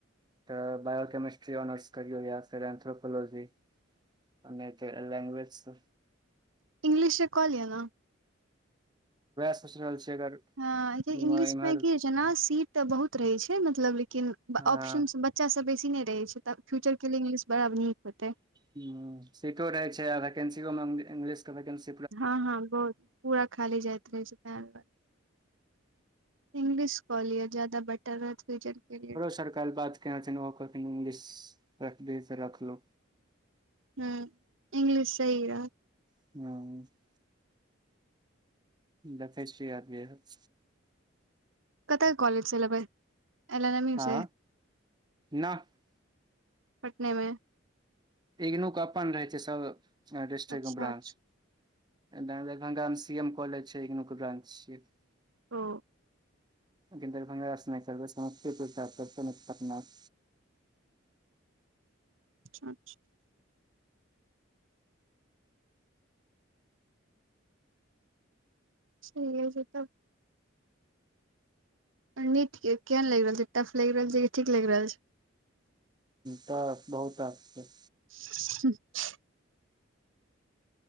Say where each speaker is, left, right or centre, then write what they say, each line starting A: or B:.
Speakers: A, on the right (about 20°); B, on the right (about 80°).
A: तऽ बायो केमिस्ट्री ऑनर्स करा फेर एन्थ्रोफोलॉजी अने लंग्वेज सऽ
B: इंग्लिशे सऽ कऽ लियऽ नऽ
A: सोच रहल छै अगर
B: ह इंगलिश
A: इम्हर
B: में की जेना सीट तऽ बहुत रहे छै मतलब लेकिन
A: हँ
B: ऑप्शन बच्चासभ बेसी नहि रहै छै तऽ फ्यूचर लए इंगलिश बड़ा नीक होेतै
A: हँ सीटो रहे छै वैकेन्सियो मे इंगलिश के वन्सी
B: हँ हँ बहुत पूरा खाली जाइत रहे छै तै दुआरे इंग्लिश कॉलियऔ ज्यदा बेटर रहथीजर के लए
A: सरकार बात केना कहथि इंगलिश रखबे से रखलु
B: हू इंग्लिश सहि रहत
A: हू देखे छिये ऐब जेय हायत
B: कत कॉलज छै लेबै एल एम एन यू
A: हँ
B: छै
A: नहि
B: पटने मे
A: इगनू कऽ अपन रहै छै सब डिस्ट्रिक्टमे
B: अच्छा
A: ब्रान्च
B: अच्छा
A: दरभंगा मऽ सी एम कॉलेज छै ब्रानंच छियै
B: ओ
A: दरभंगा सऽ <unintelligible> समस्तीपुर <unintelligible> पटना
B: अच्छा साहि छै तब निट के केहेन लगि रहल छै टफ लगि रहल छै कि ठीक लागि रहल छै
A: टप बहुत हाड छैय
B: <unintelligible>